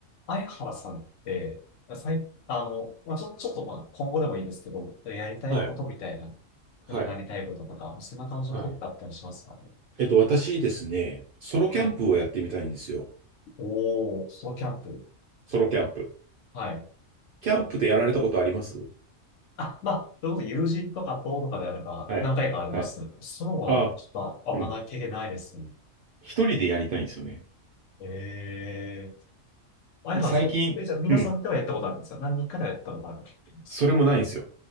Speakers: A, on the left (about 70°); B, on the right (about 60°).
A: 相原さんって、最、あの、まあ、ちょ、ちょっとまあ、今後でもいいんですけど、やりたいことみたいな、
B: はい。はい。
A: なんかなりたいこととか、そんな感じのことってあったりしますかね。
B: はい。えっと、私ですね、ソロキャンプをやってみたいんですよ。
A: はい。おー、ソロキャンプ。
B: ソロキャンプ。
A: はい。
B: キャンプってやられたことあります
A: あ、まあ、そういうこと友人とか友とかであれば何回かあります。
B: はい。はい。
A: そうは、
B: あ、
A: ちょっとあんまな経験ないですね。
B: うん。一人でやりたいんですよね。
A: えー。相原さん、
B: 最近、
A: え、じゃあ皆さんではやったことあるんですか何人かではやったことあるんですか
B: うん。それもないんですよ。